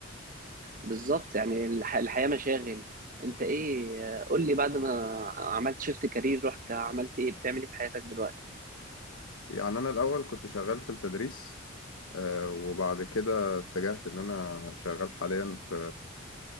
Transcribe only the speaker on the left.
يعني أنا الأول كنت شغال في التدريس آه وبعد كده اتجهت إن أنا شغال حاليا في